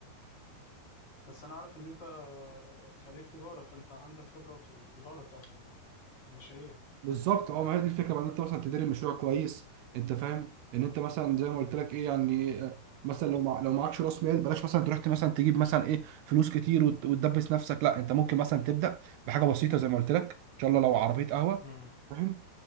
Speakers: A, on the left; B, on the right.
A: بس انا عارف ان انت آه، خريج تجارة فانت عندك خبرة في الإدارة بتاعت ال- آه، المشاريع
B: بالظبط اه ما هي دي الفكره بقى ان انت مثلا تدير المشروع كويس انت فاهم ان انت مثلا زي ما قلت لك ايه يعني آه، مثلا لو مع... لو معكش راس مال بلاش مثلا تروح مثلا تجيب مثلا ايه فلوس كتير وت... وتدبس نفسك لا انت ممكن مثلا تبدا بحاجه بسيطه زي ما قلت لك ان شاء الله لو عربيه قهوه
A: مم.
B: فاهم